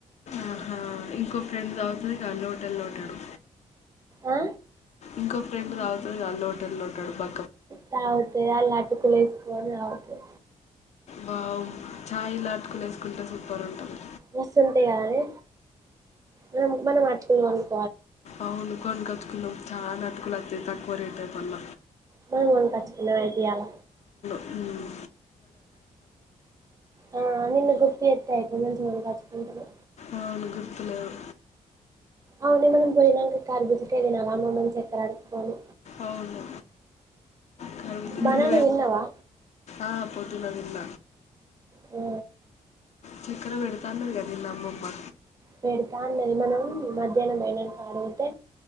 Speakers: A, on the left; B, on the right.
A: ఆహా ఇంకో ఫ్రెండ్ తాగుత్తది గా లోటాలు లోటాలు
B: ఆ
A: ఇంకొక ఫ్రెండ్ తగుతది గా లో లోటడు లోటడూ బా
B: తగ్గితే అలా అటుకులు యేసుని తాగుతా
A: వావ్ ఛాయల అటుకులు వేసుకుంటే సూపర్ ఉంటుంది
B: మస్త్ ఉంటది కానీ మనం మనం అ <unintelligible>
A: అవును కొనుకోచుకుండం చాలా అటుకులు తక్కువ రేట్ ఐ మల్ల
B: పోయి కొనుకోచు కుండం అయితే ఇయ్యాల
A: మ్మ్
B: ఆ నిన్న గుప్పి ఎత్తయతే ముంచి మనకా ఉంటది
A: అవును గుర్తులేదు
B: అవున మనం పోయినాక కర్బుజ కాయ తినాలా అమ్మమను చక్కర ఆడుకుని
A: అవును కరుబుజ్జ
B: బనానా
A: తిన్న
B: తిన్నవా
A: ఆ పో పోదున్న తిన్న
B: ఆ
A: చక్కర పెడుతాన్నదిగా అమ్మమ్మ
B: పెడతా అన్నది మనం మధ్యాహ్నం పోయినక అడిగితే